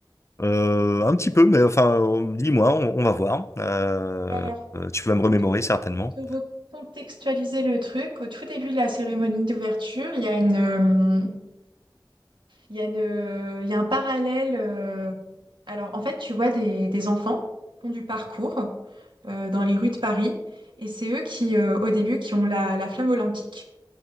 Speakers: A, on the left; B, on the right.
A: Euh, un petit peu, mais enfin, euh, dis-moi, on, on va voir. Euh,
B: Alors,
A: euh, tu vas me remémorer
B: pour
A: certainement.
B: Pour te recontextualiser le truc, au tout début de la cérémonie d'ouverture, il y a une, euh, il y a une, euh, il y a un parallèle. euh, alors, en fait, tu vois des, des enfants qui font du parcours euh, dans les rues de Paris, et c'est eux qui, euh, au début, qui ont la, la flamme olympique.